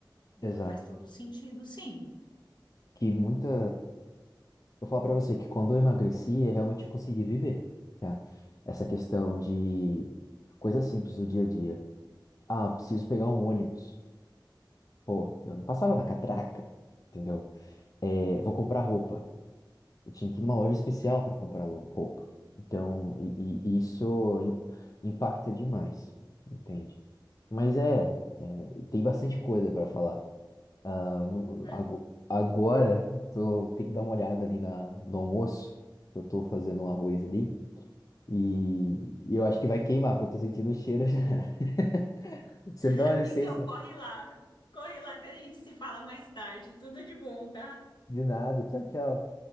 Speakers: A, on the left (about 65°); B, on the left (about 45°).
A: Então
B: Exato.
A: faz todo sentido, sim.
B: Que muita... Vou falar pra você que quando eu emagreci, eu realmente consegui viver. Tá? Essa questão de coisas simples do dia a dia. Ah, preciso pegar um ônibus. Pô, eu não passava na catraca, entendeu? É, vou comprar roupa. Eu tinha que ir numa loja especial para comprar lo- roupa. Então, e, e- e isso im- impacta demais, entende? Mas é,
A: Você
B: é, tem bastante coisa para falar. Ah, no-
A: Imagina.
B: ago- agora, eu tô, tenho que dar uma olhada ali na, no almoço, que eu tô fazendo um arroz ali. E, e eu acho que vai queimar, porque eu tô sentindo o cheiro já. <laughs> Você
A: <laughs>
B: me dá uma licença?
A: Então corre lá, corre lá que a gente se fala mais tarde. Tudo de bom, tá?
B: De nada. Tchau, tchau.